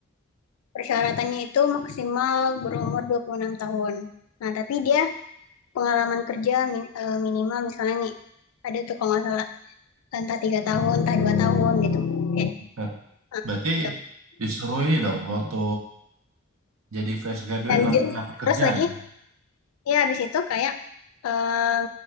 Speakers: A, on the left (about 85°); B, on the right (about 75°).
A: persyaratannya itu maksimal berumur dua puluh enam tahun nah tapi dia pengalaman kerja min- eh, minimal misalnya nih ada tuh kalau nggak salah entah tiga tahun entah dua tahun gitu Kayak
B: Ber-
A: Eh,
B: Berarti
A: gitu.
B: disuruh ini dong waktu jadi fresh graduate
A: Dan
B: langsung
A: di-
B: dapat kerja
A: terus lagi
B: gitu.
A: ya habis itu kayak em,